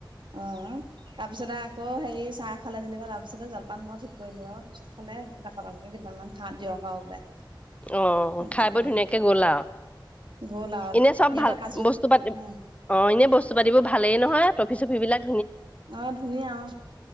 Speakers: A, on the right (about 70°); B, on the left (about 15°).
A: অ তাৰ পিছতে আকৌ হেৰি চাহ খালে যেনিবা তাৰপিছতে জলপান মই ঠিক কৰিলো আৰু তাৰপিছত খালে। কৰে কিমান মান খা দিয়ক বোলে।
B: অ
A: তেনেকে
B: খাই বৈ
A: কলে
B: ধুনীয়াকে গ'ল আৰু
A: গ'ল আৰু
B: এনে চব
A: ইয়াৰ
B: ভাল
A: পৰা কাজু
B: বস্তু পাতি
A: উম
B: অ এনে বস্তু পাতিবোৰ ভালেই নহয় টফি চফিবিলাক,
A: অ ধুনীয়া অ